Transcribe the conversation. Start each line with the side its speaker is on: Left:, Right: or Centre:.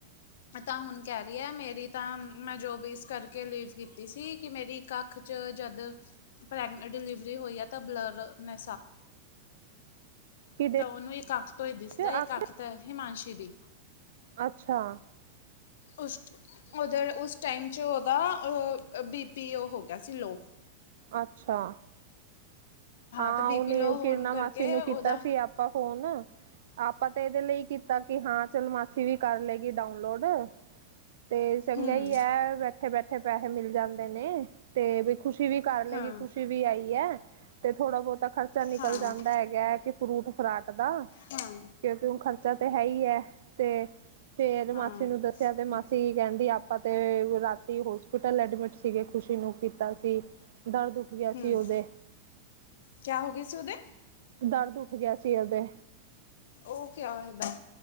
Left: ਤਾਂ ਹੁਣ ਕਹਿ ਰਹੀ ਹੈ ਮੇਰੀ ਤਾਂ ਮੈਂ ਜੋਬ ਇਸ ਕਰਕੇ ਲੀਵ ਕੀਤੀ ਸੀ ਕਿ ਮੇਰੀ ਇੱਕ ਕ ੱ ਜਦ ਪ੍ਰੈਗਨਡ ਡਿਲੀਵਰੀ ਹੋਈ ਆ ਤਾਂ ਬਲਰ ਨ
Right: ਕਿਦੇ
Left: ਤਾਂ ਉਹਨੂੰ ਇੱਕ ਅੱਖ ਤੋਂ ਹੀ ਦਿਸਦਾ
Right: ਚ
Left: ਇੱਕ
Right: ਆਖਰ
Left: ਅੱਖ ਤਾਂ ਹਿਮਾਂਸ਼ੀ ਦੀ
Right: ਅੱਛਾ।
Left: ਉਸ ਉਧਰ ਉਸ ਟਾਈਮ 'ਚ ਉਹਦਾ ਬੀ ਪੀ ਉਹ ਹੋ ਗਿਆ ਸੀ ਲੋਅ
Right: ਅੱਛਾ। ਹਾਂ
Left: ਤਾਂ ਬੀ
Right: ਉਹਨੇ
Left: ਪੀ ਲੋਅ
Right: ਉਹ ਕਿਰਨਾ
Left: ਹੋਣ ਕਰਕੇ
Right: ਮਾਸੀ ਨੂੰ
Left: ਉਹਦਾ
Right: ਕੀਤਾ ਸੀ। ਆਪਾਂ ਫੋਨ ਆਪਾਂ ਤੇ ਇਹਦੇ ਲਈ ਕੀਤਾ ਸੀ ਹਾਂ ਚਲ ਮਾਸੀ ਵੀ ਕਰ ਲਏਗੀ ਡਾਊਨਲੋਡ ਤੇ ਚੰਗਾ
Left: ਹੂੰ
Right: ਹੀ ਹੈ। ਇੱਥੇ ਬੈਠੇ ਪੈਸੇ ਮਿਲ ਜਾਂਦੇ ਨੇ ਤੇ ਵੀ ਖੁਸ਼ੀ ਵੀ ਕਰ ਲਏਗੀ
Left: ਹਾਂ
Right: ਖੁਸ਼ੀ ਵੀ ਆਈ ਹੈ। ਤੇ ਥੋੜ੍ਹਾ ਬਹੁਤਾ ਖਰਚਾ ਨਿਕਲ
Left: ਹਾਂ
Right: ਜਾਂਦਾ ਹੈਗਾ ਹੈ ਕਿ ਫਰੂਟ ਫਰਾਟ ਦਾ
Left: ਹਾਂ
Right: ਕਿਉਂਕਿ ਉਹੁ ਖਰਚਾ ਤਾਂ ਹੈ ਹੀ ਹੈ ਤੇ ਫੇਰ
Left: ਹਾਂ
Right: ਮਾਸੀ ਨੂੰ
Left: ਹੂੰ
Right: ਦੱਸਿਆ ਤੇ ਮਾਸੀ ਕਹਿੰਦੀ ਆਪਾਂ ਤੇ ਰਾਤੀ ਹੋਸਪਿਟਲ ਐਡਮਿਟ ਸੀਗੇ ਖ਼ੁਸ਼ੀ ਨੂੰ ਕੀਤਾ ਸੀ ਦਰਦ ਗਿਆ ਸੀ
Left: ਹਮ
Right: ਉਹਦੇ
Left: ਕਿਆ ਹੋ ਗਏ ਸੀ ਉਹਦੇ
Right: ਦਰਦ ਉੱਠ ਗਿਆ ਸੀ ਉਹਦੇ
Left: ਉਹ ਕਿਆ ਹੋਦਾ।